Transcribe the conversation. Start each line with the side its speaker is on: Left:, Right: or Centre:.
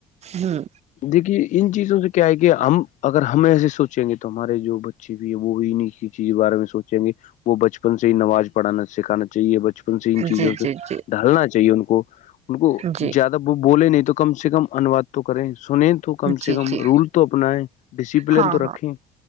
Right: ہ
Left: دیکھیے ان چیزوں سے کیا ہے کہ ہم اگر ہمیں ایسے سوچیں گے تو ہمارے جو بچے اچ ہے وہ نہیں چیز بارے میں سوچیں گے وہ بچپن سے ہی نماز پڑھانا سکھانا چاہیے بچ ان سے ان چیزوں
Right: جی
Left: سے
Right: جی جی
Left: ڈھالنا چاہیے ان کو ان کو
Right: جی
Left: زیادہ وہ بولے نہیں تو کم سے کم انواد تو کریں سنید کم سے
Right: جی
Left: کم
Right: جی
Left: رول تو اپنایں ڈسپلن
Right: ہاں
Left: تو
Right: ہاں
Left: رکھیں